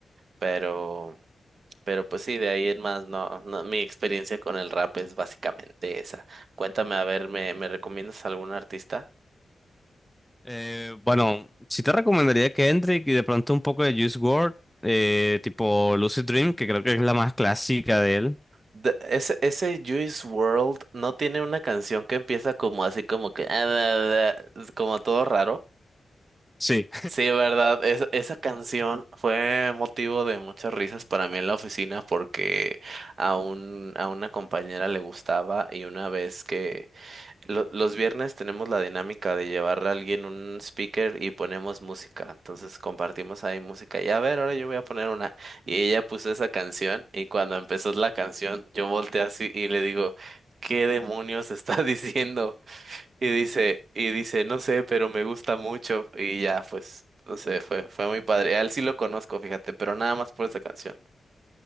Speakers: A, on the right; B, in the centre.
A: Pero, pero pues sí, de ahí en más, no, no, mi experiencia con el rap es básicamente esa. Cuéntame, a ver, ¿me, me recomiendas algún artista?
B: Eh, bueno, sí te recomendaría que entre y de pronto un poco de Juice WRLD, eh, tipo Lucid Dream, que creo que es la más clásica de él.
A: De- ese, ese Juice World no tiene una canción que empieza como así como que, <laughs> como todo raro.
B: Sí.
A: Sí, verdad, es- esa canción fue motivo de muchas risas para mí en la oficina porque a un, a una compañera le gustaba y una vez que lo- los viernes tenemos la dinámica de llevar a alguien un speaker y ponemos música, entonces compartimos ahí música y a ver, ahora yo voy a poner una y ella puso esa canción y cuando empezó la canción yo volteé así y le digo, ¿qué demonios está <laughs> diciendo? Y dice, y dice, no sé, pero me gusta mucho. Y ya, pues, no sé, fue, fue muy padre. A él sí lo conozco, fíjate, pero nada más por esa canción.